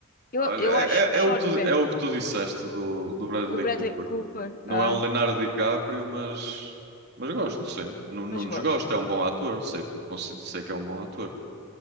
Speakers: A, on the left; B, on the right.
A: Eu,
B: olha,
A: eu
B: é,
A: acho
B: é-
A: o
B: é
A: Sean
B: o que tu,
A: Penn,
B: é o que tu disseste do, do Bradley
A: do Bradley
B: Cooper.
A: Cooper,
B: Não
A: ah,
B: é um Leonardo DiCaprio, mas, mas gosto, sim. Não,
A: mas
B: não
A: gosto.
B: desgosto, é um bom ator, sei, consi- sei que é um bom ator.